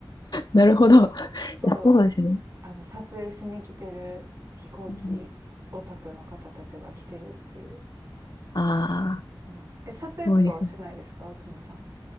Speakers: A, on the left; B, on the right.
A: なるほど。<laughs> い
B: そう
A: やそうですね。
B: あの、撮影しに来てる飛行機オタクの方たちが来てるっていう。
A: うんああ、
B: うんえ、撮影とかはしないですか久美さん。
A: すごいですね。